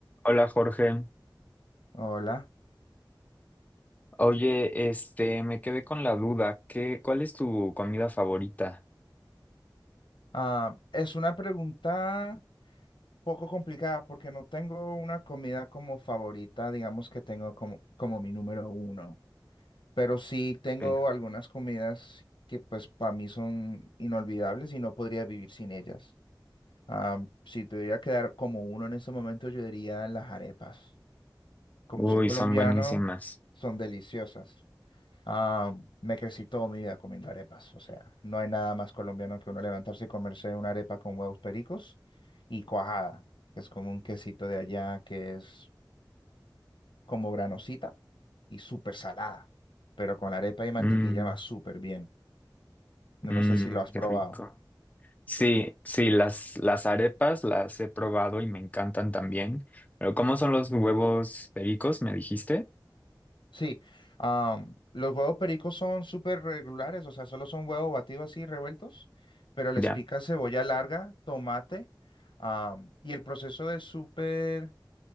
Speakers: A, on the left (about 20°); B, on the left (about 85°).
A: Hola Jorge.
B: Hola.
A: Oye, este, me quedé con la duda. ¿Qué, cuál es tu comida favorita?
B: Ah, es una pregunta poco complicada porque no tengo una comida como favorita, digamos que tengo como, como mi número uno, pero sí tengo
A: Sí.
B: algunas comidas que pues para mí son inolvidables y no podría vivir sin ellas. Ah, si tuviera que dar como uno en este momento, yo diría las arepas. Como
A: Uy,
B: soy colombiano,
A: son buenísimas.
B: son deliciosas. Ah, me crecí toda mi vida comiendo arepas, o sea, no hay nada más colombiano que uno levantarse y comerse una arepa con huevos pericos y cuajada, que es como un quesito de allá que es como granosita y súper salada, pero con arepa y mantequilla
A: Mm,
B: va súper bien. No,
A: mm,
B: no sé si lo has
A: qué
B: probado.
A: rico. Sí, sí, las, las arepas las he probado y me encantan también. Pero ¿cómo son los huevos pericos? ¿Me dijiste?
B: Sí, ah, los huevos pericos son súper regulares, o sea, solo son huevos batidos así, revueltos, pero les
A: Ya.
B: pica cebolla larga, tomate, ah, y el proceso de súper